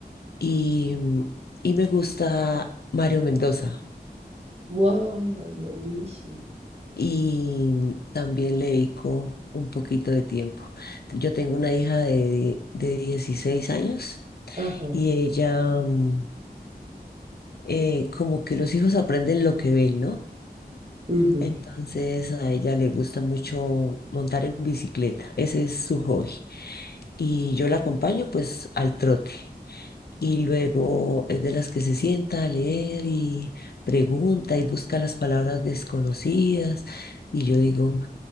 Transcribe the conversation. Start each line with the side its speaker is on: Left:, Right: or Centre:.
Left: Y, mm, y me gusta Mario Mendoza.
Right: wow, buenísimo.
Left: y también le dedico un poquito de tiempo. Yo tengo una hija de, de 16 años
Right: Ajá,
Left: y ella, mm, eh, como que los hijos aprenden lo que ven, ¿no?
Right: ujú.
Left: Entonces a ella le gusta mucho montar en bicicleta, ese es su hobby. Y yo la acompaño pues al trote. Y luego es de las que se sienta a leer y pregunta y busca las palabras desconocidas. Y yo digo,